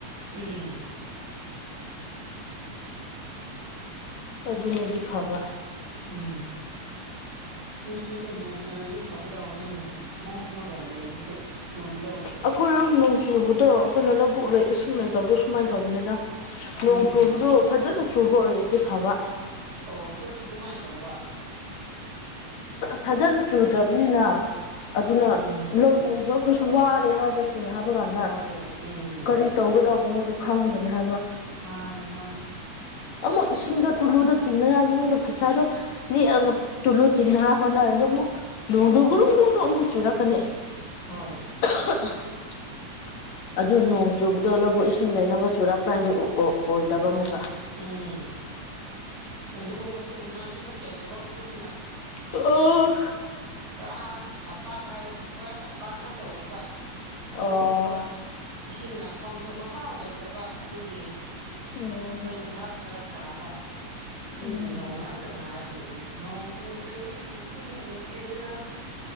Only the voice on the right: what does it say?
ꯎꯝ
ꯎꯝ ꯉꯁꯤꯁꯦ ꯅꯣꯡ ꯆꯨꯔꯗꯤ ꯐꯒ ꯇꯧꯕꯅꯤꯅꯦ ꯃꯝꯃꯒ ꯂꯩꯕꯁꯦ ꯆꯨꯒꯗ
ꯎꯝ
ꯑꯣ ꯑꯩꯈꯣꯏꯁꯨ ꯑꯗꯨꯃꯥꯏꯅ ꯇꯧꯕ
ꯎꯝ
ꯍꯣꯏ ꯎꯝ
ꯃꯥꯅꯦ ꯃꯥꯅꯦ
ꯍꯣꯏ
ꯎꯝ ꯑꯗꯨꯒꯨꯝꯕ ꯆꯤꯡꯅꯉꯥꯏꯁꯨ ꯑꯃꯨꯛ ꯂꯩꯇꯕ ꯑꯈꯣꯏꯁꯤꯅ
ꯄꯨꯔꯥ ꯇꯝꯄꯥꯛ ꯍꯥꯏꯕꯕꯨ ꯄꯨꯔꯥ ꯇꯝꯄꯥꯛ ꯉꯥꯛꯇ ꯑꯣꯏꯕ ꯑꯗꯨꯒꯨꯝꯕ
ꯏꯁꯤꯡ ꯂꯥꯛꯐꯝꯁꯨ ꯃꯐꯥꯎ ꯂꯩꯇꯕ ꯑꯗꯨꯒꯤ ꯑꯩꯈꯣꯏꯅ
ꯐꯔꯥꯛ ꯁꯔꯛ ꯇꯥꯕ ꯅꯣꯏꯒꯤ
ꯅꯣꯡ ꯉꯥꯛꯇ ꯉꯥꯏꯔ ꯂꯩꯌꯦꯦ ꯅꯣꯡ ꯆꯨꯗ꯭ꯔꯗꯤ ꯀꯨꯝꯁꯤꯗꯤ ꯎꯔꯦꯗꯅ